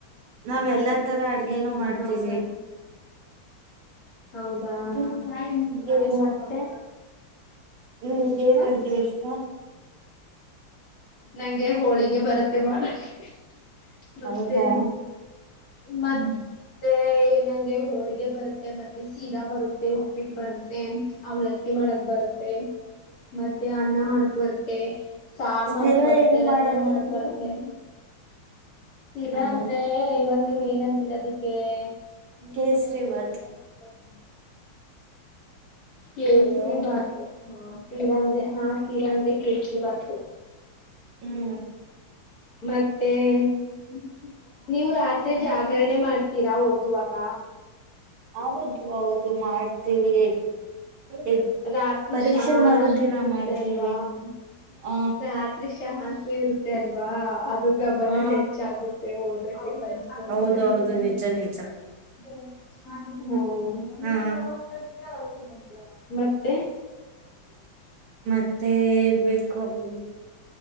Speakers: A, on the right; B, on the left.
A: ನಾವ ಎಲ್ಲಾ ತರ ಅಡ್ಗೆನು ಮಾಡ್ತೀವಿ
B: ಹೌದಾ ಹೌದಾ
A: ನಿಮಗೇನ್
B: <unintelligible> ಮತ್ತೆ
A: ಹ್ಮ್ ಏನ್
B: ಹ
A: ಅಡ್ಗೆ ಇಷ್ಟ
B: ನಂಗೆ ಹೋಳಿಗೆ ಬರುತ್ತೆ ಮಾಡ <unintelligible> ಮತ್ತೆ
A: ಹೌದಾ
B: <unintelligible>
A: ಹ
B: ಮತ್ತೆ ಏ ನಂಗೆ ಹೋಳ್ಗೆ ಬರುತ್ತೆ ಮತ್ತೆ ಸೀರಾ ಬರುತ್ತೆ ಉಪ್ಪಿಟ್ಟ ಬರುತ್ತೆ ಅವ್ಲಕ್ಕಿ ಮಾಡಕ್ ಬರುತ್ತೆ ಮತ್ತೆ ಅನ್ನ ಮಾಡಕ್ ಬರುತ್ತೆ ಸಾರ
A: ಶಿರಾ
B: ಮಾಡಕ್ ಬರ್ತ್ತೆ
A: ಹೆಂಗ್
B: ರಸ
A: ಮಾಡೋದು
B: ಮಾಡಕ್
A: ನೀವು
B: ಬರತ್ತೆ ಸೀರಾ
A: ಹಲೋ
B: ಅಂದ್ರೆ ಇವಾಗ ನೀವ್ ಏನ್ನ್ಂತೀರ ಅದಿಕ್ಕೆ ಮೋಟಿವೇಶನ್
A: ಕೇಸರಿ
B: <unintelligible>
A: ಬಾತ್
B: ಕೇಸರಿ
A: ಹಲೋ
B: ಭಾತ್ ಹ ಕೀರ ಅಂದ್ರೆ ಹಾ ಕೀರಾ ಅಂದ್ರೆ ಕೇಸರಿ ಭಾತ್ <inaudible>
A: ಹ್ಮ್
B: ಮತ್ತೆ <unintelligible> ನೀವು ರಾತ್ರಿ ಜಾಗರಣೆ ಮಾಡ್ತೀರಾ ಓದುವಾಗ
A: ಹೌದು ಹೌದು ಮಾಡ್ತೀವಿ <unintelligible> ಎ
B: ರಾತ್ರಿ
A: ಪರೀಕ್ಷೆ
B: ಶಾಂತಿ
A: ಮರು ದಿನ
B: ಇರುತ್ತೆ
A: ಮಾಡ್ತೀವಿ
B: ಅಲ್ವಾ.
A: ಹ
B: ರಾತ್ರಿ ಶಾಂತಿ ಇರುತ್ತೆ ಅಲ್ವಾ ಅದು ಗಮನ
A: ಹಾ
B: ಹೆಚ್ಚಾಗುತ್ತೆ ಹಓದಕ್ಕೆ <unintelligible> <unintelligible>
A: ಹೌದು ಹೌದು ನಿಜ ನಿಜ ಹಾ
B: <unintelligible> ಮ <unintelligible> ತ್ತೆ
A: ಮತ್ತೆ ಇರ್ಬೇಕು <unintelligible>